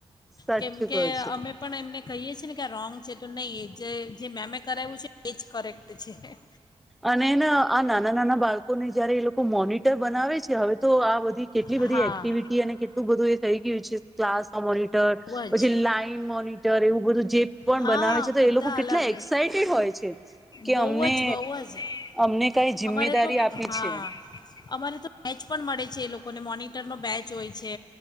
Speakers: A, in the centre; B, on the left (about 40°).
A: સાચું
B: કેમકે
A: કહું છું
B: અમે પણ એમને કહીએ છીએ ને. ક રોંગ છે તો નહી એ જે જે મેમે કરાવું છે એજ કરેક્ટ છે.
A: અને ન નાના નાના બાળકોને જયારે એ લોકો મોન બનાવે છે હવે તો આ બધું. કેટલી
B: હા
A: બધી એક્ટિવિટી અને કેટલું બધું એ. થઈ ગયું છે. ક્લાસ મોનટર
B: બહુ
A: પછી
B: જ
A: લાઈન મોનટર એવું બધું જે પણ
B: હા
A: બનાવે છે. તો
B: બધા
A: એ લોકો કેટલા
B: અલગ
A: એક્સાઈટેડ હોય છે. કે
B: બહુ
A: અમને
B: જ બહુ અમારે
A: અમને કઈ જિમ્મેદારી
B: તો
A: આપી
B: હા
A: છે
B: અમારે તો મેચ પણ મળે છે. એ લોકોને મોનિટરનો બેચ હોય છે